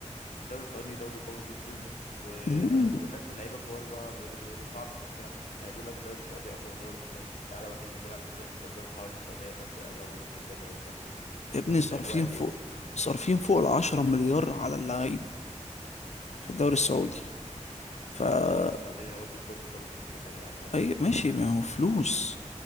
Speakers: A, on the left (about 80°); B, on the left (about 65°).
A: الدوري السعودي دوري قوي جدا وخ...
B: مم.
A: والناس اللعيبه الكبار بقى بيقعدوا يقولوا صعب انك تلعب يعني بيقول لك الدوري السعودي اقوى من الدوري الفرنسي تعالى ورينا هتلعب ازاي في الدرجات الحراره السعوديه بنفس الاداء وبنفس البدني وبنفس ال-
B: يا ابني صارفين
A: الاجواء دي
B: فوق
A: يعني
B: صارفين فوق العشرة مليار على اللعيبة في الدوري السعودي فا
A: لا الصراحه السعوديه ودت كره القدم في حته تانية عندها
B: أي
A: يعني
B: ماشي ما هو فلوس